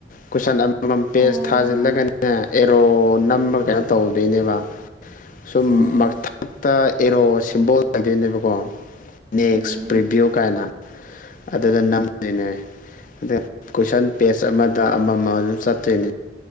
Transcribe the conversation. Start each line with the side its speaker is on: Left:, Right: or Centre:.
Left: ꯀꯨꯏꯁꯟ ꯑꯃꯃꯝ ꯄꯦꯖ
Right: ꯑꯣ
Left: ꯊꯥꯖꯤꯜꯂꯒꯅꯤ ꯑꯦꯔꯣ ꯅꯝꯕ ꯀꯩꯅꯣ ꯇꯧꯗꯣꯏꯅꯦꯕ ꯁꯨꯝ
Right: ꯑꯣ
Left: ꯃꯊꯛꯇ ꯑꯦꯔꯣ ꯁꯤꯝꯕꯣꯜ ꯍꯥꯏꯗꯣꯏꯅꯦꯕꯀꯣ ꯅꯦꯛꯁ
Right: ꯎꯝ
Left: ꯄ꯭ꯔꯤꯚꯤꯌꯨ ꯀꯥꯏꯅ ꯑꯗꯨꯗ ꯅꯝꯃꯤꯅꯦ ꯑꯗ ꯀꯣꯏꯁꯟ ꯄꯦꯖ ꯑꯃꯗ ꯑꯃꯃ ꯑꯗꯨꯝ ꯆꯠꯇꯣꯏꯅꯦ